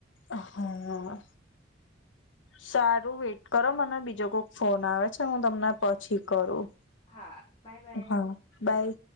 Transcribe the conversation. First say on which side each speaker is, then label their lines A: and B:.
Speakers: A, on the left; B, on the left.
A: અ હા. સારું વેટ કરો. મને બીજો કોક ફોન આવે છે હું તમને પછી કરું.
B: હા, બાય, બાય.
A: હા બાય